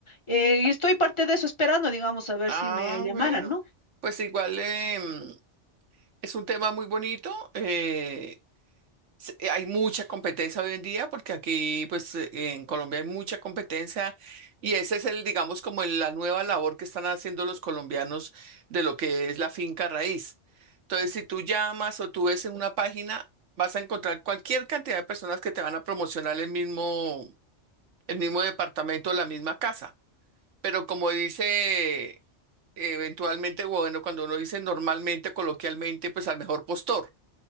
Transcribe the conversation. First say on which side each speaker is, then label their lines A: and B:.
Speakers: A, on the left; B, on the right.
A: Eh, y estoy parte de eso esperando, digamos, a ver
B: Ah,
A: si me llamaran,
B: bueno.
A: ¿no?
B: Pues igual. em, Es un tema muy bonito. eh, se- eh, hay mucha competencia hoy en día porque aquí, pues, eh, en Colombia hay mucha competencia y ese es el, digamos, como el- la nueva labor que están haciendo los colombianos de lo que es la finca raíz. Entonces, si tú llamas o tú ves en una página, vas a encontrar cualquier cantidad de personas que te van a promocionar el mismo, el mismo departamento, la misma casa. Pero como dice... eh, Eventualmente, bueno, cuando uno dice normalmente, coloquialmente, pues al mejor postor.